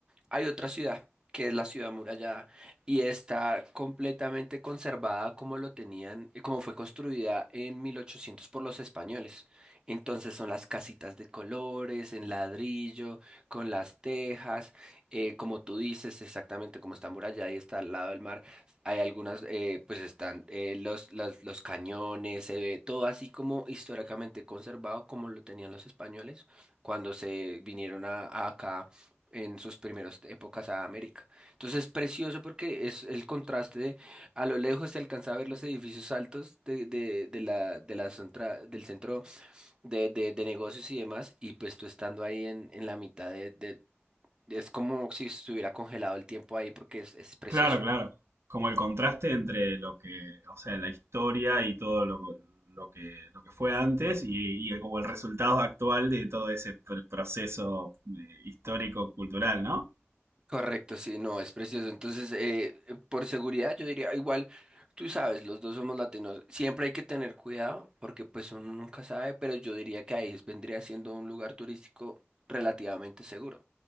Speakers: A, on the right (about 20°); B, on the right (about 65°).
A: Hay otra ciudad, que es la ciudad amurallada, y está completamente conservada como lo tenían, eh, como fue construida en 1800 por los españoles. Entonces son las casitas de colores, en ladrillo, con las tejas, eh, como tú dices, exactamente como está amurallada y está al lado del mar. Hay algunas, eh, pues están eh, los, los, los cañones, se ve todo así como históricamente conservado como lo tenían los españoles cuando se vinieron a, a acá en sus primeras épocas a América. Entonces es precioso porque es el contraste de a lo lejos se alcanza a ver los edificios altos de, de, de la, de la centra- del centro de, de, de negocios y demás, y pues tú estando ahí en, en la mitad de, de- es como si estuviera congelado el tiempo ahí porque es, es precioso.
B: Claro, claro. Como el contraste entre lo que, o sea, la historia y todo lo, lo que, lo que fue antes y, y como el resultado actual de todo ese pr- proceso eh, histórico-cultural, ¿no?
A: Correcto, sí, no, es precioso. Entonces, eh, por seguridad, yo diría, igual, tú sabes, los dos somos latinos. Siempre hay que tener cuidado porque pues uno nunca sabe, pero yo diría que ahí vendría siendo un lugar turístico relativamente seguro.